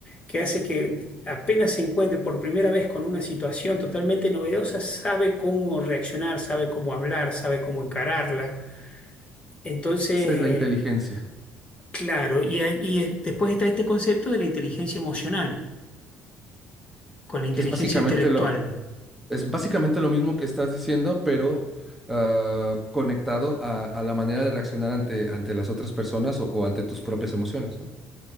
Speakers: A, on the left; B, in the centre.
A: que hace que apenas se encuentre por primera vez con una situación totalmente novedosa, sabe cómo reaccionar, sabe cómo hablar, sabe cómo encararla. Entonces,
B: Esa es la inteligencia,
A: Claro, y, hay- y eh, después está este concepto de la inteligencia emocional con la inteligencia
B: que es básicamente
A: intelectual.
B: lo, es básicamente lo mismo que estás diciendo, pero ah, conectado a, a la manera de reaccionar ante, ante las otras personas o, o ante tus propias emociones, ¿no?